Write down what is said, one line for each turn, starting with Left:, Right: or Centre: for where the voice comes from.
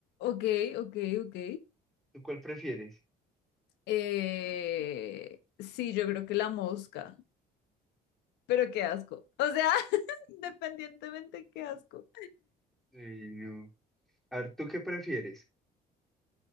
Left: Ok, ok, ok.
Centre: ¿Tú cuál prefieres?
Left: Eh, sí, yo creo que la mosca, pero qué asco. O sea, <laughs> independientemente, qué asco.
Centre: Ay, no. A ver, ¿tú qué prefieres?